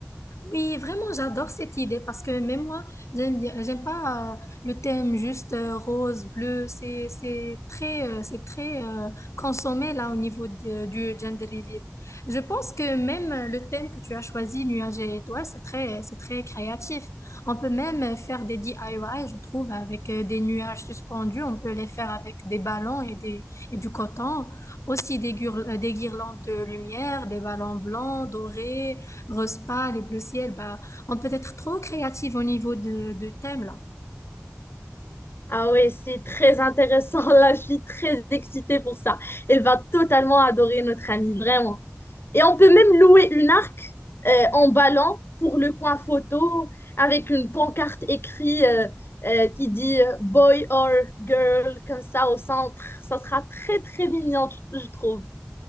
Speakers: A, on the left; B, on the left.
A: Oui, vraiment, j'adore cette idée parce que même moi, j'aime bien, j'aime pas euh, le thème juste euh, rose, bleu. C'est, c'est très, euh, c'est très euh, consommé là au niveau de- euh, du gender reveal. Je pense que même euh, le thème que tu as choisi, nuages et étoiles, c'est très, c'est très créatif. On peut même faire des DIY, je trouve, avec euh, des nuages suspendus. On peut les faire avec des ballons et des, et du coton. Aussi des, guirl- euh, des guirlandes de lumière, des ballons blancs, dorés rose pâle et bleu ciel, bah, on peut être trop créative au niveau de, de thème, là.
B: Ah ouais, c'est très intéressant. <laughs> Là, je suis très excitée pour ça. Elle va totalement adorer notre amie, vraiment. Et on peut même louer une arc euh, en ballon pour le coin photo avec une pancarte écrite euh, euh, qui dit euh, boy or girl comme ça au centre. Ça sera très très mignon, je je trouve.